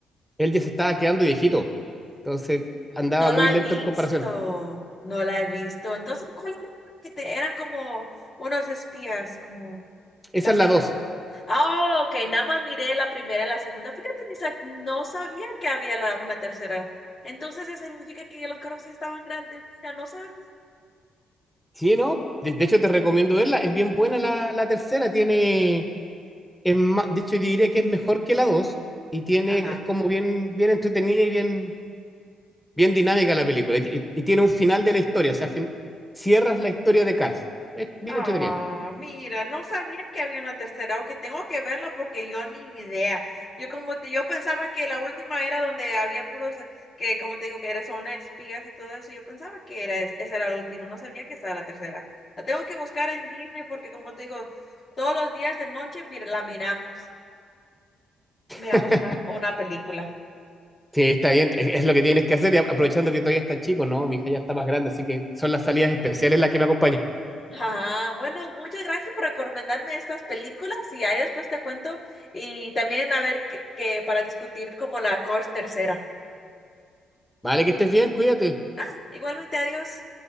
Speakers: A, in the centre; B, on the left.
A: él ya se estaba quedando viejito. Entonces andaba
B: No
A: muy
B: la
A: lento
B: he visto,
A: en comparación.
B: no la he visto. Entonces, ¿cuál era? Que te, eran como unos espías, como.
A: Esa
B: La
A: es
B: segunda.
A: la dos
B: Ah, ok, nada más miré la primera, la segunda. Fíjate, ni sa- no sabía que había la, una tercera. Entonces, eso significa que ya los carros sí estaban grandes. Mira, no sabía.
A: Sí, no, de, de hecho te recomiendo verla, es bien buena la, la tercera, tiene, es ma- de hecho yo diría que es mejor que la dos, y tiene,
B: Ajá.
A: es como bien, bien entretenida y bien, bien dinámica la película, y, y- y tiene un final de la historia, o sea, fin- cierras la historia de Cars, es bien
B: Ah,
A: entretenida.
B: mira, no sabía que había una tercera, o que tengo que verla porque yo ni idea. Yo como te- yo pensaba que la última era donde había puros eh, que como te digo que eran son espías y todo eso. Yo pensaba que era es- esa era la última, no sabía que estaba la tercera. La tengo que buscar en Disney porque como te digo, todos los días de noche mira, la miramos, miramos
A: <laughs>
B: una una película.
A: Sí, está bien, es, es lo que tienes que hacer, y a- aprovechando que todavía están chicos, ¿no? Mi hija ya está más grande, así que son las salidas especiales las que me acompañan.
B: Ajá, bueno, muchas gracias por recomendarme estas películas y ahí después te cuento y también a ver que, que para discutir como la Cors tercera.
A: Vale, que estés bien, cuídate.
B: Ah, igualmente, adiós.